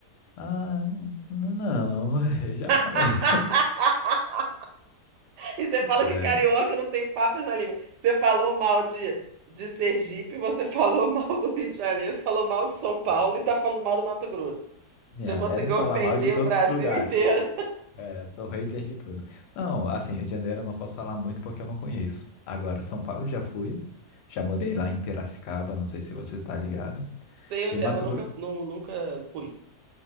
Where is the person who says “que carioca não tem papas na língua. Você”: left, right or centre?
Right